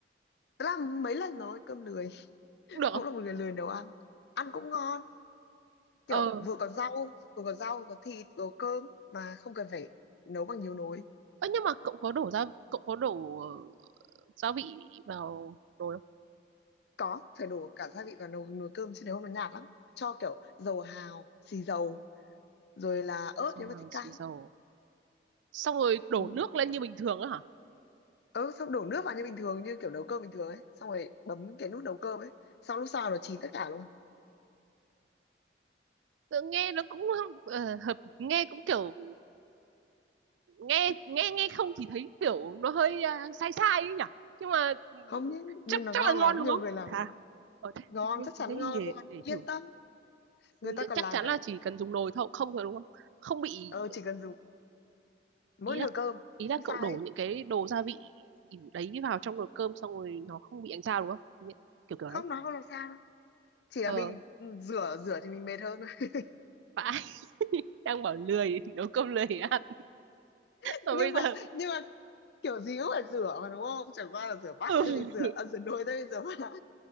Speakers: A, on the left; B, on the right.
A: tớ làm mấy lần rồi cơm lười <laughs>
B: Cũng được không?
A: cũng là một người lười nấu ăn ăn cũng ngon
B: Ờ.
A: kiểu vừa có rau vừa có rau vừa có thịt vừa có cơm mà không cần phải nấu bằng nhiều nồi
B: Ơ nhưng mà cậu có đổ ra cậu có đổ ờ, gia vị vào nồi không?
A: có phải đổ cả gia vị vào nồi nồi cơm chứ nếu không nó nhạt lắm cho kiểu dầu hào xì dầu rồi là ớt
B: Xong
A: nếu mà
B: hàng
A: thích cay
B: xì dầu xong rồi đổ
A: ừ.
B: nước lên như bình thường á hả
A: ừ xong đổ nước vào như bình thường như kiểu nấu cơm bình thường ấy xong rồi bấm cái nút nấu cơm ấy xong lúc sau nó chín tất cả luôn
B: Tự nghe nó cũng ờ, hợp nghe cũng kiểu nghe nghe nghe không thì thấy kiểu nó hơi à, sai sai ấy nhỉ nhưng mà ừ,
A: không nhé nhưng
B: chắc
A: nó
B: chắc
A: ngon
B: là ngon
A: lắm
B: đúng
A: nhiều
B: không
A: người làm
B: hả
A: lắm
B: ở thế,
A: ngon
B: thế, thế,
A: chắc chắn
B: thế
A: ngon
B: thì để,
A: luôn
B: để
A: yên
B: thử
A: tâm
B: Ừ,
A: người ta còn
B: chắc
A: làm
B: chắn
A: cả
B: là chỉ cần dùng nồi thôi không thôi đúng không không bị
A: ờ chỉ cần dùng mỗi
B: ý
A: nồi
B: là
A: cơm
B: ý
A: không
B: là cậu
A: sai
B: đổ
A: hết
B: những cái đồ gia vị đấy vào trong nồi cơm xong rồi nó không bị ánh sao đúng không Nhẹ- kiểu kiểu
A: không
B: đấy
A: nó không làm sao đâu chỉ là
B: ờ
A: mình ừ, rửa rửa thì mình mệt hơn thôi
B: vãi <laughs> đang bảo lười nấu cơm lười ăn
A: <laughs>
B: mà
A: nhưng
B: bây giờ
A: mà nhưng mà kiểu gì cũng phải rửa mà đúng không chẳng qua là rửa bát
B: <laughs>
A: thay vì rửa à, rửa nồi thay vì rửa bát